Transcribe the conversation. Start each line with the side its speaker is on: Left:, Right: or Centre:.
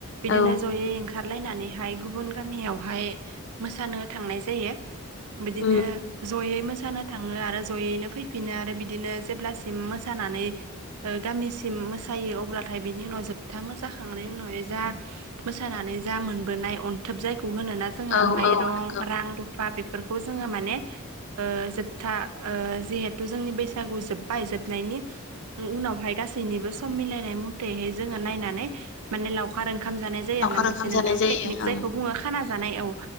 Right: बिदिनो
Left: औ
Right: ज'यै ओं खारलायनानैहाय गुबुन गामियावहाय मोसानो थांनाय जायो। बिदिनो
Left: उम
Right: जयै मो सानो थाङो आरो जयैनो फैफिनो आरो बिदिनो जेब्लासिम मोसानानै ओ गामिसिम मोसायो अब्लाथाय बेनि उनाव जोबथा मोसाखांनायनि उनावहाय जा मोसानानै जा मोनबोनाय अनथोब जायखौ होनो ना जोङो
Left: औ
Right: माइरं
Left: औ नंगौ ओ
Right: रां बा बेफोरखौ जोङो माने ओ जोबथा ओ जिहेथु जोंनि बैसागु जोब बाय जोबनायनि उनावहाय गासैनिबो सम मिलायनाय मथेैहाय जोङो नायनानै माने लावखार ओंखाम जानाय जायो
Left: लावखार
Right: आरो ना मानसि
Left: ओंखाम
Right: नोंथां
Left: जानाय जायो
Right: पेकनिक जायखौ
Left: ओं
Right: बुङो खाना जानाय औ